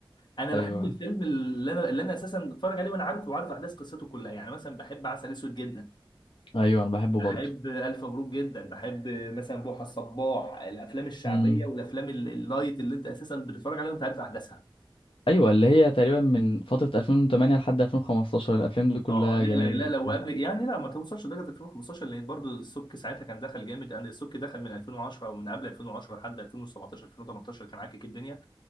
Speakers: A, on the left; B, on the left.
A: انا
B: ايوه
A: بحب الفيلم اللي انا اللي انا اساسا بتفرج عليه وانا عارف وعارف احداث قصته كلها يعني مثلا بحب عسل اسود جدا
B: ايوه انا بحبه
A: بحب
B: برضه
A: الف مبروك جدا بحب مثلا بوحه الصباح الافلام الشعبيه
B: امم
A: والافلام ال- اللايت اللي انت اساسا بتتفرج عليها وانت عارف احداثها
B: ايوه اللي هي تقريبا من فترة 2008 لحد 2015 الافلام دي كلها
A: اه لا
B: جميلة
A: لا
B: جدا
A: لا لو قبل يعني لا ما توصلش لدرجه 2015 لان برضو السبك ساعتها كان دخل جامد يعني السبك دخل من 2010 او من قبل 2010 لحد 2017 2018 كان عاكك الدنيا